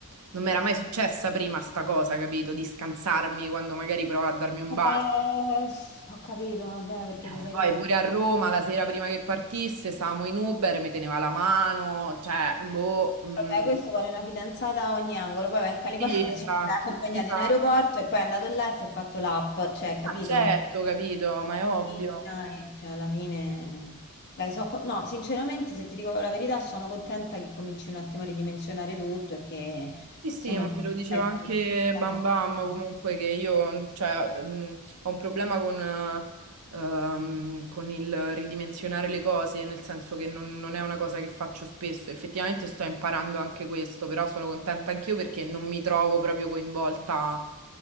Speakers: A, on the right; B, on the left.
A: non mi era mai successa prima sta cosa, capito? Di scansarmi quando magari provava a darmi un
B: Vabbè,
A: bacio.
B: ho capito, vabbè, perché
A: Eh,
B: ti sei
A: Poi
B: rotta.
A: pure a Roma, la sera prima che partisse, stavamo in Uber, mi teneva la mano, cioè, boh, mm,
B: Vabbè, questo vuole una fidanzata a ogni angolo, poi va in Calipollo,
A: sì,
B: <laughs>
A: esatto,
B: cioè, l'ha accompagnata
A: esatto.
B: in aeroporto e poi è andato là e si è fatto l'app, cioè, capito?
A: Ah, certo, capito, ma è ovvio.
B: Sì, dai, cioè, alla fine... Dai, so co- no, sinceramente, se ti dico la verità, sono contenta che cominci un attimo a ridimensionare tutto e che,
A: Sì, sì,
B: insomma,
A: ma
B: non
A: me lo diceva
B: stai più...
A: anche
B: pensando
A: Bam Bam
B: prima.
A: comunque che io cioè, mh, ho un problema con, eh, ehm, con il ridimensionare le cose, nel senso che non, non è una cosa che faccio spesso. Effettivamente sto imparando anche questo, però sono contenta anch'io perché non mi trovo proprio coinvolta,